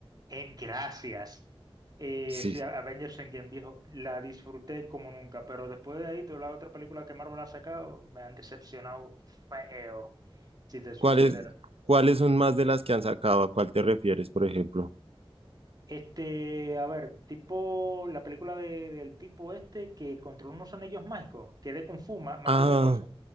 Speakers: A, on the right (about 40°); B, on the right (about 80°).
A: en gracias. Eh,
B: sí.
A: sí, a- Avengers Endgame, viejo, la disfruté como nunca, pero después de ahí, todas las otras películas que Marvel ha sacado me han decepcionado feo, si te soy
B: ¿Cuáles,
A: sincero.
B: cuáles son más de las que han sacado? ¿A cuál te refieres, por ejemplo?
A: Este, a ver, tipo la película de- del tipo este que controla unos anillos mágicos, que es de Kung Fu ma- más,
B: Ah,
A: que otra cosa.